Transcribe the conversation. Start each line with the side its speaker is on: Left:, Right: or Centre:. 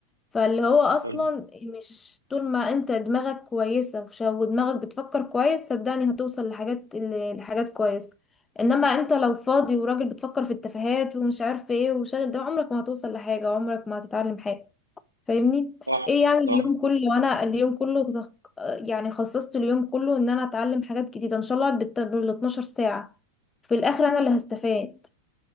Left: فاللي هو اصلا
Right: حلو.
Left: مش طول ما انت دماغك كويسه وش- ودماغك بتفكر كويس صدقني هتوصل لحاجات لحاجات كويسه انما انت لو فاضي وراجل بتفكر في التفاهات ومش عارف ايه وشاغل ده عمرك ما هتوصل لحاجة وعمرك ما هتتعلم حاجة فاهمني
Right: صح
Left: ايه يعني اليوم
Right: صح
Left: كله وانا اليوم كله تخ- يعني خصصت اليوم كله ان انا اتعلم حاجات جديدة ان شاء الله بال 12 ساعة في الاخر انا اللي هستفاد